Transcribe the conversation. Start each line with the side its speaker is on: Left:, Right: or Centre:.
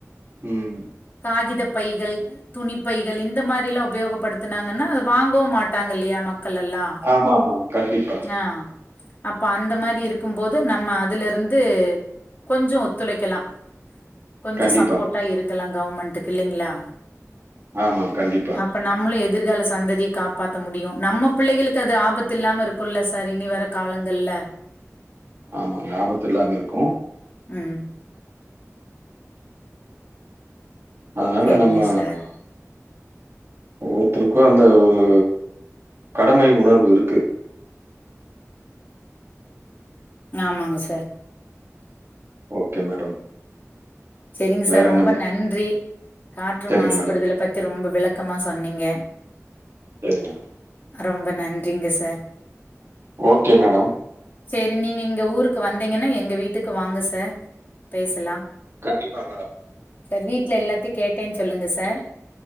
Right: ம்
Left: காகிதப் பைகள் துணிப்பைகள் இந்த மாரி எல்லா உபயோகப் படுத்துனாங்கன்னா வாங்கவு மாட்டாங்க இல்லையா மக்கள் எல்லா
Right: ஆமா ஆமா கண்டிப்பா
Left: ஆ அப்ப அந்த மாரி இருக்கு போது நம்ம அதுல இருந்து கொஞ்சோ ஒத்துழைக்கலா கொஞ்சோ
Right: கண்டிப்பாங்க
Left: சப்போர்ட்டா இருக்கலா கவர்மெண்ட்டுக்கு இல்லைங்களா
Right: ஆமா கண்டிப்பா
Left: இப்ப நம்மளு எதிர்கால சந்ததிய காப்பாத்த முடியு நம்ம பிள்ளைகளுக்கு அது ஆபத்து இல்லாம இருக் குள்ள சார் இனி வர காலங்கள்ல
Right: ஆமாங்க ஆபத்து இல்லாம இருக்கு
Left: ம்
Right: அதனால
Left: செரிங்க
Right: நம்ம
Left: சார்
Right: ஒவ்வொருத்தருக்கு அந்த ஒரு கடமை உணர்வு இருக்கு
Left: ஆமாங்க சார்
Right: ஓகே மேடம்
Left: செரிங்க சார்
Right: வேற
Left: ரொம்ப
Right: என்ன மேடம்
Left: நன்றி காற்று
Right: சரிங்க
Left: மாசுபடுதல
Right: மேடம்
Left: பத்தி ரொம்ப விளக்கமா சொன்னீங்க
Right: செரி மேடம்
Left: ரொம்ப நன்றிங்க சார்
Right: ஓகே மேடம்
Left: செரி நீங்க இங்க ஊருக்கு வந்தீங்கன்னா எங்க வீட்டுக்கு வாங்க சார் பேசலா
Right: கண்டிப்பா மேடம்
Left: சார் வீட்ல எல்லாத்தையு கேட்டேன்னு சொல்லுங்க சார்